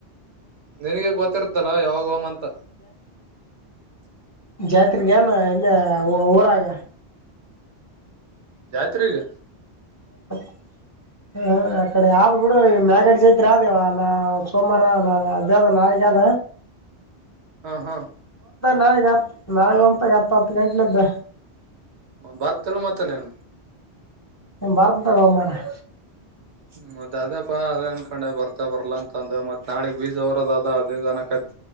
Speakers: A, on the right; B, on the left.
A: ನಿನಗೆ ಗೊತ್ತಿರ್ತಲ್ಲ ಯಾವಾಗ ಹೋಮ್ಮಂತ.
B: ಜಾತ್ರೆಗೆನ್ ಇಲ್ಲೆ ಊರಾಗ.
A: ಜಾತ್ರಿಗಿ.
B: ಹೌ <unintelligible> ಹ ಅ ಕಡೆ ಆದ್ ಬಿಡು ಮ್ಯಾಗಡಿ ಜಾತ್ರಿ ಆದೇವ ನಾ ಸೋಮಾರ ನಾ <unintelligible> ತ್ರಿ ಆದ.
A: ಹಾ ಹಾ
B: ನಾಳೆಗೆ ಹತ್ ನಾಳೆ <unintelligible> ಎತ್ತ ಹತ್ತ ಗಂಟ್ಲ ಎದ್ದ
A: ಬರ್ತಿಲ್ ಮತ್ತ ನೀನು.
B: ಏ ಬರ್ತನ ತೊಗೊ ಮಾರಾಯ.
A: ಹ್ಮ ಮತ್ತ್ ಅದೇಪಾ ಅದೇ ಅನ್ಕೊಂಡೆ ಬರ್ತ ಬರ್ಲಾ ಅಂತ ಅಂದ ಮತ್ ನಾಳಿಗ್ ಬೀಜ್ ಉರೋದ ಅದ ಇದ ಅನ್ನಕತ್ತ